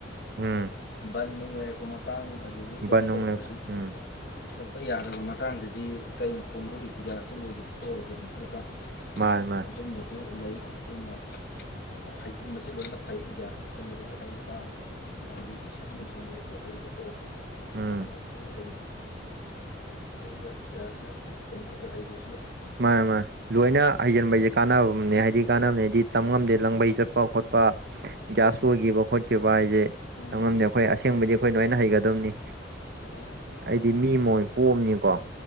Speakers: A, on the right (about 55°); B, on the left (about 55°).
A: ꯎꯝ
B: ꯕꯟ ꯅꯨꯡ ꯂꯩꯔꯛꯄ ꯃꯇꯥꯡ ꯑꯗꯨꯗꯒꯤ ꯀꯩꯅꯣ
A: ꯕꯅꯨꯡ
B: ꯇꯧꯕ
A: ꯂꯦꯞ
B: ꯄꯨꯁꯤꯜꯄꯨ
A: ꯎꯝ
B: ꯂꯛꯄ ꯌꯥꯗ꯭ꯔꯕ ꯃꯇꯥꯡꯗꯗꯤ ꯀꯩꯅ ꯐꯣꯡꯗꯣꯔꯤ ꯒ꯭ꯌꯥꯁꯇꯣ ꯂꯣꯏꯈꯤꯕ ꯊꯣꯛꯑꯒꯗꯤ ꯅꯠꯇ꯭ꯔꯥ
A: ꯃꯥꯅꯦ ꯃꯥꯅꯦ
B: ꯑꯗꯨꯝꯕꯁꯨ ꯂꯩ ꯑꯗꯨꯅ ꯍꯥꯏꯖꯤꯟꯕꯁꯤ ꯂꯣꯏꯅ ꯐꯩ ꯒ꯭ꯌꯥꯁꯅ ꯊꯣꯡꯕꯗꯁꯨ ꯍꯩꯕ ꯑꯗꯨꯗꯒꯤ ꯁꯤꯡꯕ ꯊꯣꯡꯕꯗꯁꯨ ꯍꯩꯕꯀꯣ
A: ꯎꯝ
B: ꯃꯁꯤ ꯑꯗꯨꯝ ꯑꯩꯗ ꯒ꯭ꯌꯥꯁꯅ ꯊꯣꯡꯕ ꯈꯛꯇ ꯍꯩꯕꯁꯨꯦ
A: ꯃꯥꯅꯦ ꯃꯥꯅꯦ ꯂꯣꯏꯅ ꯍꯩꯖꯤꯟꯕꯩꯁꯦ ꯀꯥꯟꯅꯕꯅꯦ ꯍꯥꯏꯗꯤ ꯀꯥꯟꯅꯕꯅꯦ ꯍꯥꯏꯗꯤ ꯇꯝ ꯉꯝꯗꯦ ꯂꯪꯕꯩ ꯆꯠꯄ ꯈꯣꯠꯄ ꯒ꯭ꯌꯥꯁ
B: ꯃꯥꯅꯤ
A: ꯂꯣꯏꯈꯤꯕ
B: ꯃꯥꯅꯤ
A: ꯈꯣꯠꯈꯤꯕ ꯍꯥꯏꯁꯦꯪꯉꯝꯗꯦ
B: ꯃꯥꯅꯤ
A: ꯑꯩꯈꯣꯏ ꯑꯁꯦꯡꯕꯗꯤ ꯑꯩꯈꯣꯏ ꯅꯣꯏꯅ ꯍꯩꯒꯗꯕꯅꯤ
B: ꯎ <unintelligible>
A: ꯑꯩꯗꯤ ꯃꯤ ꯃꯣꯏ ꯄꯣꯝꯅꯤꯀꯣ